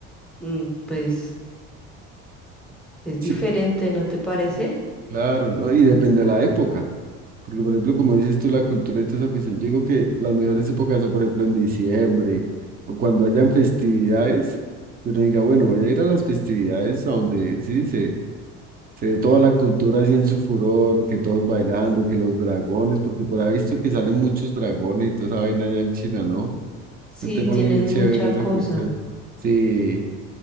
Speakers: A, in the centre; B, on the right.
A: mm, pues es
B: sí,
A: diferente, ¿no te parece?
B: claro, ¿no? Y depende de la época. Porque, por ejemplo, como dices tú, la cultura y toda esa cuestión, yo digo que las mejores épocas son, por ejemplo, en diciembre o cuando hayan festividades, pero diga, bueno, voy a ir a las festividades a donde, sí, se, se ve toda la cultura así en su furor, que todos bailando, que los dragones, porque por ahí he visto que salen muchos dragones y toda esa vaina allá en China, ¿no?
A: Sí,
B: Un tema
A: tienes
B: bien
A: mucha
B: chévere esa
A: cosa.
B: cuestión. Sí,